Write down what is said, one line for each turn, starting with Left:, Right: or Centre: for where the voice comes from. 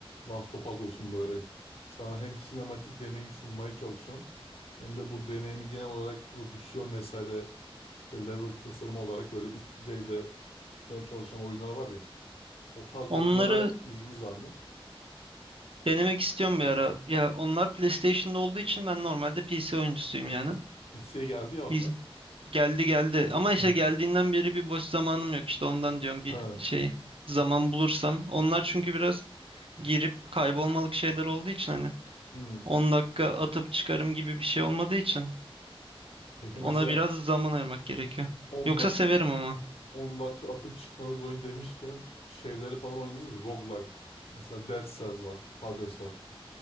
Left: Last of Us olsun böyle. Sana hem sinematik deneyim sunmaya çalışan hem de bu deneyimi genel olarak prodüksiyon vesaire işte level tasarımı olarak böyle üst düzeyde tutmaya çalışan oyunlar var ya. O tarz
Right: Onları
Left: oyunlara ilginiz var mı?
Right: denemek istiyorum bir ara. Ya onlar PlayStation'da olduğu için ben normalde PC oyuncusuyum yani.
Left: PC'ye geldi ya
Right: P-
Left: onlar.
Right: C geldi geldi. Ama işte
Left: Hı.
Right: geldiğinden beri bir boş zamanım yok işte ondan diyorum bir
Left: Ha.
Right: şey zaman bulursam. Onlar çünkü biraz girip kaybolmalık şeyler olduğu için hani
Left: Hı.
Right: 10 dakika atıp çıkarım gibi bir şey olmadığı için
Left: Peki
Right: ona
Left: mesela
Right: biraz zaman ayırmak gerekiyor.
Left: 10
Right: Yoksa
Left: dak
Right: severim ama.
Left: 10 dakika atıp çıkmalık oyun demişken şeyleri falan oynadınız mı? Roguelike. Mesela Dead Cells var. Hades var.